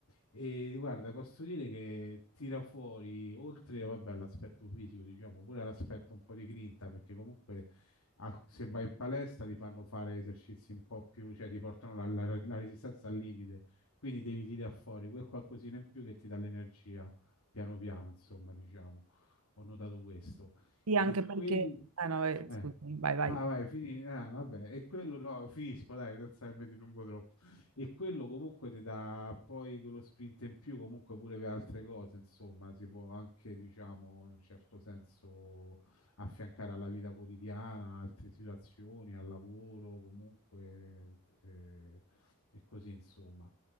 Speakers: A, on the left; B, on the right.
A: E guarda, posso dire che tira fuori, oltre vabbè, all'aspetto fisico, diciamo, pure all'aspetto un po' di grinta, perché comunque al- se vai in palestra ti fanno fare esercizi un po' più, cioè ti portano la, la- la resistenza al limite, quindi devi tirare fuori quel qualcosina in più che ti dà l'energia piano piano, insomma, diciamo, ho notato questo.
B: Sì,
A: E
B: anche perché...
A: quel...
B: Ah no, eh,
A: eh,
B: scusami, vai, vai.
A: vai, vai, fini... ah, vabbè, e quello no, finisco, dai, senza che mi dilungo troppo e quello comunque ti dà poi quello sprint in più comunque pure per altre cose, insomma, si può anche, diciamo, in un certo senso affiancare alla vita quotidiana, altre situazioni, al lavoro, comunque eh, e così, insomma.